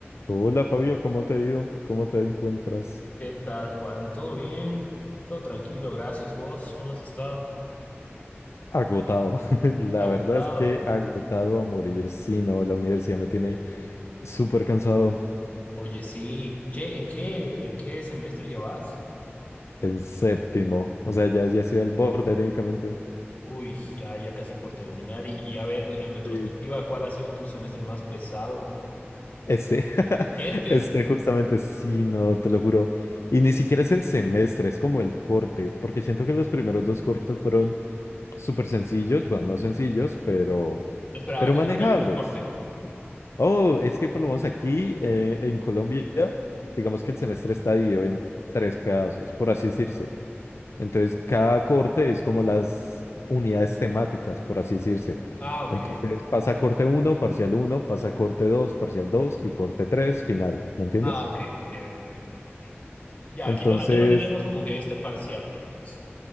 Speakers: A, on the left (about 80°); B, on the left (about 30°).
A: Hola Fabio, ¿cómo te ha ido? ¿Cómo te encuentras?
B: ¿Qué tal, Juan? ¿Todo bien? Todo tranquilo, gracias. ¿Vos cómo has estado?
A: Agotado. <laughs> La
B: Agotado.
A: verdad es que agotado a morir. Sí, no, la universidad me tiene súper cansado
B: Oye, sí. Che, ¿en qué, en qué semestre ya vas?
A: en séptimo. O sea, ya, ya estoy al borde técnicamente.
B: Uy, ya, ya casi por terminar. Y, y a ver, en retrospectiva,
A: Sí.
B: ¿cuál ha sido tu semestre más pesado?
A: Este, <laughs>
B: Este.
A: este justamente, sí, no, te lo juro. Y ni siquiera es el semestre, es como el corte, porque siento que los primeros dos cortes fueron súper sencillos, bueno, no sencillos, pero,
B: Espera,
A: pero
B: ¿a qué
A: manejables.
B: te refieres con corte?
A: Oh, es que por lo menos aquí eh, en Colombia, digamos que el semestre está dividido en tres pedazos, por así decirse. Entonces, cada corte es como las unidades temáticas, por así decirse.
B: Ah, ok.
A: Entonces, pasa corte uno, parcial uno, pasa corte 2, parcial 2 y corte 3, final. ¿Me entiendes?
B: Ah, ok, ok, ok. ok. Ya,
A: Entonces,
B: aquí lo, aquí lo diríamos como que este parcial, digamos.